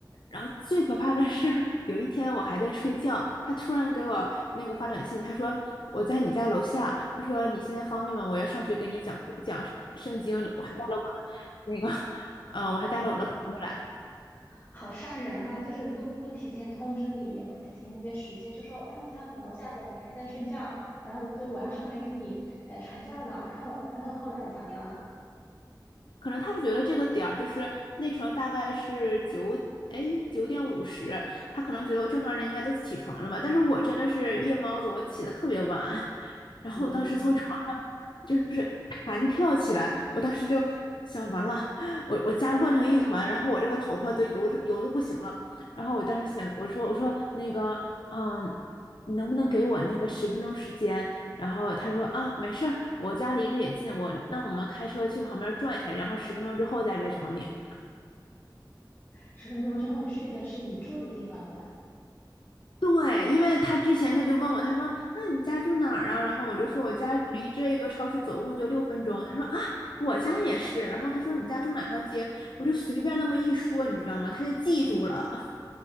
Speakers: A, on the left; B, on the left.
A: 然后最可怕的是，有一天我还在睡觉，他突然给我那个发短信，他说我在你家楼下，他说你现在方便吗？我要上去给你讲讲圣经呢。我还带了我那个，嗯、我还带了我的朋友来。
B: 好好吓人哈，就是都不提前通知你，也不提前约时间，就说，哎，我到你楼下了，你还在睡觉，然后就我要上来跟你呃传教呢，然后然后后来咋样了？
A: 可能他觉得这个点儿就是那时候大概是九，哎，九点五十，他可能觉得我正常人应该都起床了吧，但是我真的是夜猫子，我起得特别晚，<laughs> 然后我当时从床上就是弹跳起来，
B: 嗯。
A: 我当时就想完了，我我家乱成一团，然后我这个头发都油得油的不行了，然后我当时想，我说我说那个，嗯，你能不能给我那个十分钟时间？然后他说啊，没事儿，我家离这也近，我那我们开车去旁边转一下，然后十分钟之后再来找你。
B: 十分钟之后去的是你住的地方呀，
A: 对，因为他之前他就问我，他说那你家住哪儿啊？然后我就说我家离这个超市走路就六分钟。他说啊，我家也是。然后他说你家住哪条街？我就随便那么一说，你知道吗？他就记住了。